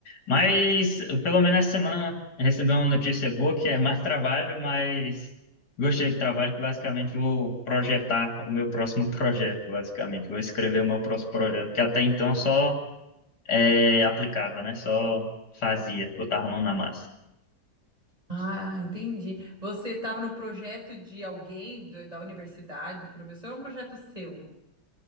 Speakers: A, on the left; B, on the right.
A: Mas pelo menos essa semana recebi uma notícia boa que é mais trabalho, mas gostei do trabalho que basicamente vou projetar o meu próximo projeto, basicamente. Vou escrever o meu próximo projeto, que até então só é, aplicava, né? Só fazia, botava a mão na massa.
B: Ah, entendi. Você estava no projeto de alguém do- da universidade, do professor, ou é um projeto seu?